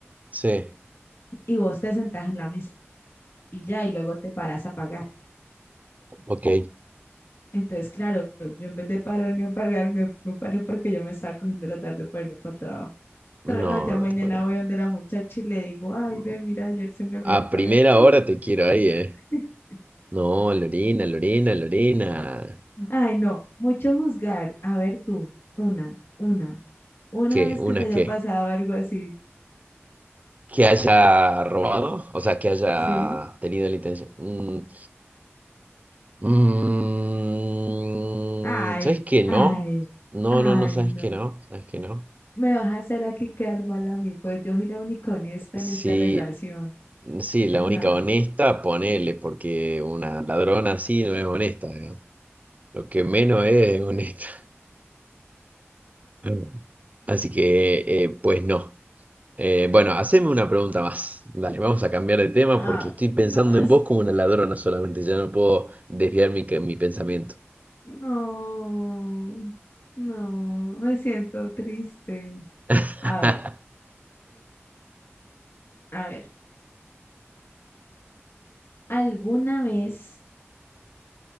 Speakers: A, on the right; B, on the left.
A: Sí,
B: Y vos te sentás en la mesa y ya, y luego te paras a pagar.
A: ok.
B: Entonces, claro, yo en vez de pararme a pagar, me, me paré porque yo me estaba cogiendo la tarde para irme para el trabajo.
A: No,
B: Pero no, ya
A: no
B: mañana
A: te puedo creer.
B: voy donde la muchacha y le digo, ay,
A: Mm,
B: ve, mira, ayer se me olvidó
A: A
B: pagar.
A: primera
B: Y
A: hora
B: ya.
A: te quiero ahí, ¿eh?
B: <laughs>
A: No, Lorena, Lorena, Lorena.
B: Ay, no, mucho juzgar. A ver tú, una, una, una
A: ¿Qué?
B: vez
A: ¿Una
B: que te haya
A: qué?
B: pasado algo así,
A: que haya robado, o sea, que haya
B: ¿sí?
A: tenido la intención. Mm, mm,
B: Ay,
A: ¿sabes qué no?
B: ay,
A: No,
B: ay,
A: no, no, ¿sabes
B: no.
A: qué no? ¿Sabes qué no?
B: Me vas a hacer aquí quedar mal a mí, pues yo soy la única honesta
A: Sí,
B: en esta relación.
A: sí, la
B: No,
A: única honesta, ponele, porque una ladrona así no es honesta, ¿no? Lo que menos es honesta. <laughs> Así que, eh, pues no. Eh, bueno, haceme una pregunta más. Dale, vamos a cambiar de tema
B: ah,
A: porque estoy pensando
B: no,
A: en vos como una ladrona solamente, ya no puedo desviar mi, mi pensamiento.
B: No, no, me siento triste.
A: <laughs>
B: A ver, a ver, ¿alguna vez,